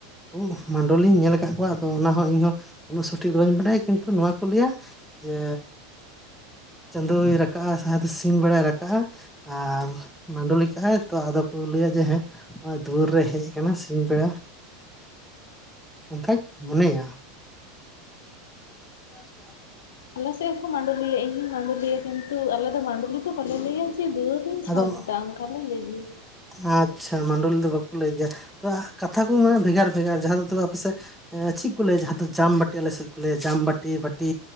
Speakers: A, in the centre; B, on the left (about 85°).
A: ᱩ ᱢᱟᱰᱚᱞᱤᱧ ᱧᱮᱞ ᱠᱟᱜ ᱠᱚᱣᱟ ᱟᱫᱚ ᱚᱱᱟ ᱦᱚᱸ ᱤᱧᱦᱚᱸ ᱩᱱᱟᱹᱜ ᱥᱚᱴᱷᱤᱠ ᱵᱟᱹᱧ ᱵᱟᱰᱟᱭᱟ ᱠᱤᱱᱛᱩ ᱱᱚᱣᱟ ᱠᱚ ᱞᱟᱹᱭᱟ ᱡᱮ ᱪᱟᱫᱳᱭ ᱨᱟᱠᱟᱵ-ᱟ ᱥᱟᱦᱟ ᱫᱚ ᱥᱤᱧ ᱵᱮᱲᱟᱭ ᱨᱟᱠᱟᱵᱼᱟ ᱟᱨ ᱢᱟᱹᱰᱚᱞᱤ ᱠᱟᱜ-ᱟᱭ ᱛᱚ ᱟᱫᱚ ᱠᱚ ᱞᱟᱹᱭᱟ ᱡᱮ ᱦᱮᱸ ᱦᱚᱸᱜᱼᱚᱭ ᱫᱩᱣᱟᱹᱨ ᱨᱮ ᱦᱮᱡ ᱠᱟᱱᱟ ᱥᱤᱧ ᱵᱮᱲᱟ ᱚᱱᱠᱟᱧ ᱢᱚᱱᱮᱭᱟ᱾ <inaudible>
B: ᱟᱞᱮ ᱥᱮᱫ ᱦᱚᱸᱠᱚ ᱢᱟᱰᱚᱞᱤᱭᱟ ᱤᱧ ᱦᱚᱸᱧ ᱢᱟᱰᱚᱞᱤᱭᱟ ᱠᱤᱱᱛᱩ ᱟᱞᱮ ᱫᱚ ᱢᱟᱰᱚᱞᱤ ᱫᱚ ᱵᱟᱞᱮ ᱞᱟᱹᱭᱟ ᱡᱮ ᱫᱩᱣᱟᱹᱨᱤᱧ ᱪᱷᱚᱪ
A: ᱟᱫᱚ
B: ᱮᱫᱟ ᱚᱱᱠᱟ ᱞᱮ ᱞᱟᱹᱭ ᱜᱮᱭᱟ᱾
A: ᱟᱪᱪᱷᱟ ᱢᱟᱱᱰᱚᱞᱤ
B: ᱟᱞᱮ ᱥᱮᱫ
A: ᱫᱚ ᱵᱟᱠᱚ ᱞᱟᱹᱭ ᱜᱮᱭᱟ, ᱛᱚᱵᱮ ᱠᱟᱛᱷᱟ ᱠᱚ ᱢᱟᱱᱮ ᱵᱷᱮᱜᱟᱨ ᱵᱷᱮᱜᱟᱨ ᱡᱟᱦᱟᱸ ᱫᱚ ᱛᱚᱵᱮ ᱟᱯᱮ ᱥᱮᱫ ᱮᱸ ᱪᱮᱫ ᱠᱚ ᱞᱟᱹᱭᱟ ᱡᱟᱦᱟᱸ ᱫᱚ ᱡᱟᱢ ᱵᱟᱹᱴᱤ ᱟᱞᱮ ᱥᱮᱫ ᱠᱚ ᱞᱟᱹᱭᱟ ᱡᱟᱢ ᱵᱟᱹᱴᱤ ᱵᱟᱹᱴᱤ